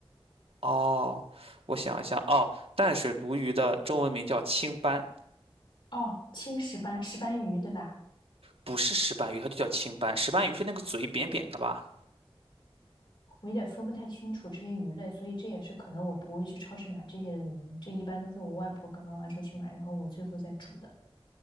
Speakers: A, on the right; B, on the left.
A: 哦，我想一下，哦，淡水鲈鱼的中文名叫青斑。
B: 哦，青石斑石斑鱼对吧？
A: 不是石斑鱼，它就叫青斑。石斑鱼是那个嘴扁扁的吧？
B: 我有点分不太清楚这些鱼类，所以这也是可能我不会去超市买这些的原因。这一般都是我外婆跟妈妈出去买，然后我最后再煮的。